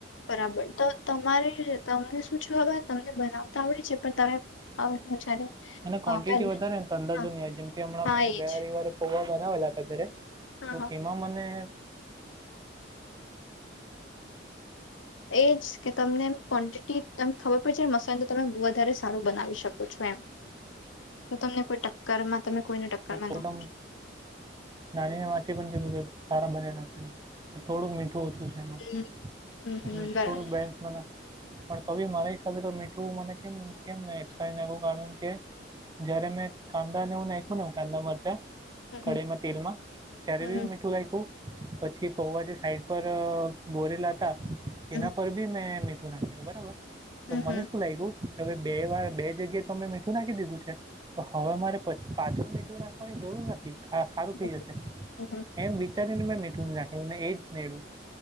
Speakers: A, on the left; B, on the right.
A: બરાબર તો તમારે તમને શું છે હવે તમને બનાવતા આવડે છે પણ તમે હવે હું જયારે
B: અને ક્વન્ટિટી
A: અ પહેલા
B: વધારે તો અંદાજો
A: હા
B: નહીં જેમ કે હમણાં
A: હા
B: મેં
A: એજ
B: ગયા રવીવારે. પવા બનાવેલા હતા ઘરે
A: હા
B: તો
A: હા
B: તેમાં મને
A: એજ કે તમને ક્વોન્ટિટી તમ ખબર પડશેને મસાાલ તો તમે વધારે સારું બનાવી શકો છો એમ.
B: હ <inaudible>
A: તો તમને કોઈ ટક્કર માં તમે કોઈને ટક્કરમાં
B: પોમ
A: ના
B: નાનીને માસી પણ કીધું કે સારા બનેલા છે. થોડુંક મીઠું ઓછું છે એમાં
A: હમ હમ
B: મીઠું
A: હમ બરાબર
B: થોડુંક બેન્સ મ પણ તો બી મારા હિસાબે તો મીઠું મને કેમ કેમ એ્ર ના કારણ કે જયારે મેં કાંદા ને હું નાખું ને કાંદા મરચા
A: હમ હમ
B: કઢઈમાં તેલમાં ત્યારે
A: હમ
B: બી મીઠું પછી પૌવા જે સાઈડ પર બોરેલા હતા. તેના
A: હમ
B: પર બી મેં મીઠું નાખેલું બરાબર તો
A: હમ
B: મને
A: હમ
B: શું લાગ ગું. કે હવે બે વાર બે જગ્યાએ તો તમે મીઠું નાખી દીધું છે તો હવે મારે પ પાછું મીઠું નાખવાની જરૂર નથી સારું થઈ
A: હમ
B: જશે.
A: હમ
B: એમ વિચારીને મેં મીઠું ન નાખ્યુંને એ જ નેડ્યું